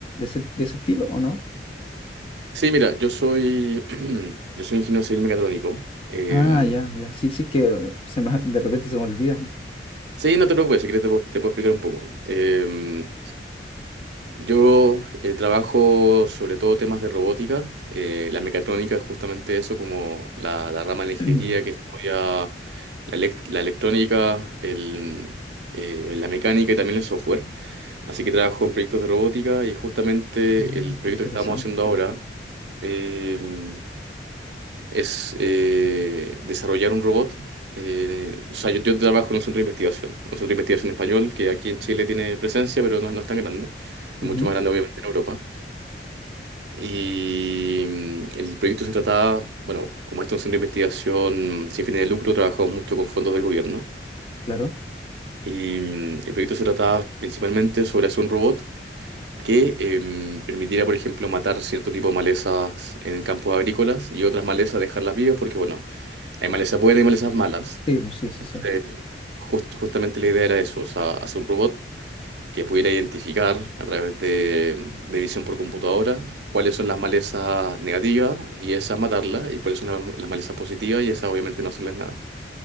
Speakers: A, on the left (about 30°); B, on the right (about 70°).
A: ese, de ese estilo o no?
B: Sí, mira, yo soy, <clears throat> yo soy ingeniero civil mecatrónico. Eh,
A: Ah, ya, ya. Sí, sí, es que se me- <laughs> de repente se me olvida.
B: sí, no te preocupes, si quieres te puedo, te puedo explicar un poco. Eh, Yo eh, trabajo sobre todo temas de robótica. Eh, la mecatrónica es justamente eso, como la, la rama de
A: <clears throat>
B: la ingeniería que estudia la, elec- la electrónica, el, eh, la mecánica y también el software. Así que trabajo en proyectos de robótica y justamente
A: Mm,
B: el proyecto
A: qué interesante.
B: que estamos haciendo ahora. em, es eh, desarrollar un robot. eh, o sea, yo, yo trabajo en un centro de investigación, un centro de investigación español que aquí en Chile tiene presencia, pero no, no es tan grande, es
A: Ujú,
B: mucho más grande obviamente en Europa. Y mm, el proyecto se trataba, bueno, como este es un centro de investigación sin fines de lucro, trabajamos mucho con fondos del gobierno.
A: claro.
B: Y mm, el proyecto se trataba principalmente sobre hacer un robot que em, permitiera, por ejemplo, matar cierto tipo de malezas en campos agrícolas y otras malezas dejarlas vivas porque, bueno, hay malezas buenas y malezas malas.
A: Sí, pues sí, sí,
B: Entonces,
A: sí.
B: jus- justamente la idea era eso, o sea, hacer un robot que pudiera identificar a través de, de visión por computadora cuáles son las malezas negativas y esas matarlas y cuáles son las, las malezas positivas y esas obviamente no hacerles nada.